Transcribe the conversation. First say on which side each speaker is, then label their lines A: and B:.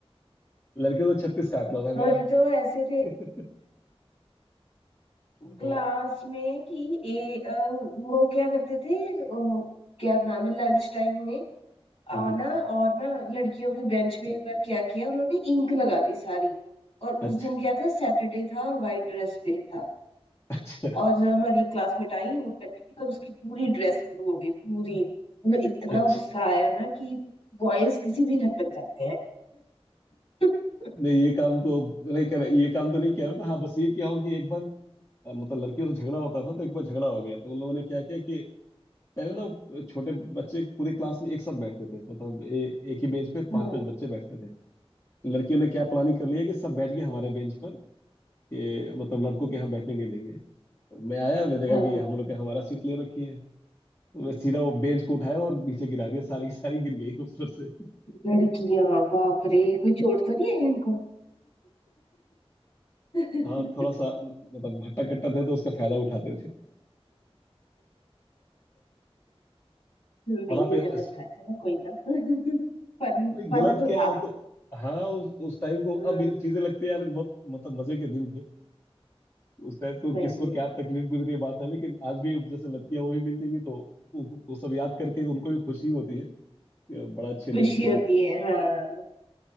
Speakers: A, on the left (about 25°); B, on the left (about 60°).
A: लड़के तो छत्तीस का आंकड़ा था मेरा
B: हमारे तो ऐसे थे
A: <laughs> तो
B: क्लास में कि ए, अ, वो क्या करते थे अ, क्या नाम है लंच टाइम में
A: हम्म।
B: आना और ना लड़कियों के बेंच पे एक बार क्या किया उन्होंने इंक लगा दी सारी और
A: अच्छा
B: उस दिन क्या था सैटरडे था और वाइट ड्रेस डे था
A: अच्छा
B: और हमारी क्लासमेट आई वो बैठी और उसकी पूरी ड्रेस ब्लू हो गई पूरी मतलब इतना
A: अच्छा
B: गुस्सा आया ना कि बॉयज किसी भी हद तक जाते हैं <laughs>
A: नहीं ये काम तो नहीं कर ये काम तो नहीं किया मैं हाँ बस ये किया हूँ कि एक बार अ, मतलब लड़कियों से झगड़ा होता था तो एक बार झगड़ा हो गया तो उन लोगों ने क्या किया कि पहले ना छोटे बच्चे पूरे क्लास में एक साथ बैठते थे मतलब ए, एक ही बेंच पे पांच
B: हाँ
A: पांच बच्चे बैठते थे तो लड़कियों ने क्या प्लानिंग कर लिया कि सब बैठ गए हमारे बेंच पर कि मतलब लड़कों के यहाँ बैठने नहीं देंगे तो मैं आया मैंने देखा
B: हाँ
A: कि हम लोग के हमारा सीट ले रखी है तो मैं सीधा वो बेंच को उठाया और नीचे गिरा दिया सारी सारी गिर गई ऊपर से
B: लड़कियां बाप रे कोई चोट तो नहीं आई उनको <laughs>
A: हाँ थोड़ा सा मतलब भट्टा कट्टा थे तो उसका फायदा उठाते थे
B: नहीं
A: और आप
B: ये
A: इस
B: गलत था चलो कोई ना <laughs> फन
A: नहीं,
B: फन
A: गलत
B: तो
A: क्या
B: था
A: हो तो हाँ उस उस टाइम को
B: हम्म
A: अब ये चीजें लगती है यार बहुत मतलब मजे के दिन थे उस टाइम तो
B: सही
A: किसको
B: में
A: क्या तकलीफ गुजरी है बात है लेकिन आज भी जैसे लड़कियां वो भी मिल जाएंगी तो वो वो सब याद करके उनको भी खुशी होती है कि बड़ा अच्छे
B: खुशी
A: दिन थे वो
B: होती है हाँ